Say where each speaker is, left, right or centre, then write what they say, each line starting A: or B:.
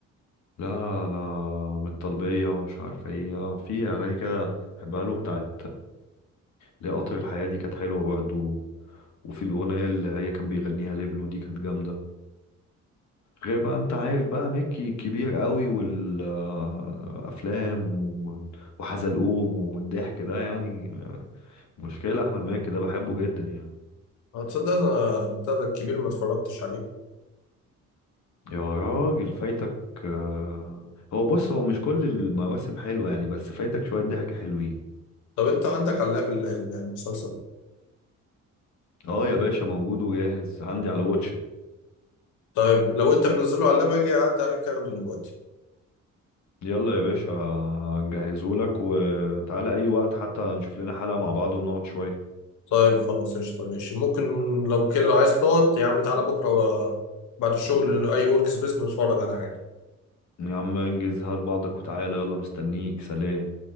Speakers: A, on the left; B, on the left.
A: لا انا من الطلبية ومش عارف ايه في اغاني كده بحبها له بتاعت ليه قطر الحياة دي كانت حلوة برضه وفي الاغنية اللي هي كان بيغنيها لابنه دي كانت جامدة غير بقى انت عارف بقى ميكي كبير قوي والافلام وحزلقوم والضحك ده يعني مشكلة أحمد مكي ده بحبه جدا يعني
B: اه تصدق انا بتاع ده الكبير ما اتفرجتش عليه
A: يا راجل فايتك آه، هو بص هو مش كل المواسم حلوة يعني بس فايتك شوية ضحك حلوين
B: طب انت عندك علاب ال- المسلسل
A: اه يا باشا موجود وجاهز عندي على واتشت
B: طيب لو انت منزله على اللاب اجي اعدي عليك اخده دلوقتي
A: يلا يا باشا جهزهولك وتعالى أي وقت حتى نشوف لنا حلقة مع بعض ونقعد شوية
B: طيب خلاص قشطة ماشي ممكن لو كده لو عايز تقعد يا عم تعالى بكرة بعد الشغل أي ورك سبيس نتفرج على حاجة
A: يا عم انجز هات بعضك وتعالى يلا مستنيك سلام